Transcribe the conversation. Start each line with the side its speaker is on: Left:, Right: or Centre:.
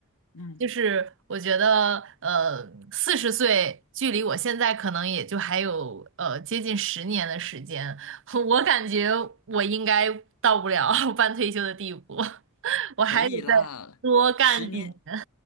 Left: 嗯，
Right: 就是我觉得，呃，四十岁距离我现在可能也就还有呃接近十年的时间，<laughs> 我感觉我应该到不了 <laughs> 半退休的地步，<laughs> 我还得再多干几年。
Left: 可以啦。十年，